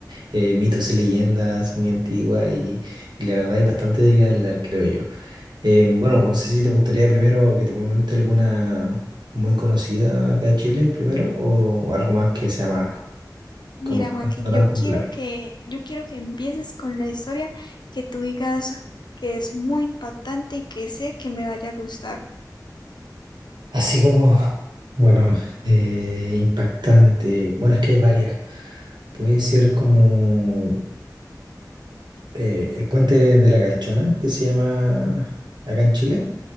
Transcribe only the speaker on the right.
eh, mitos y leyendas muy antiguas y, y la verdad hay bastante de qué hablar, creo yo. Eh, bueno, no sé si te gustaría primero que te comente alguna muy conocida acá en Chile primero o, o algo más que sea más,
como no
tan no tan
popular.
Así como, bueno, eh, impactante. Bueno, es que hay varias. Puede ser como eh, el puente de la Calchona, que se llama acá en Chile,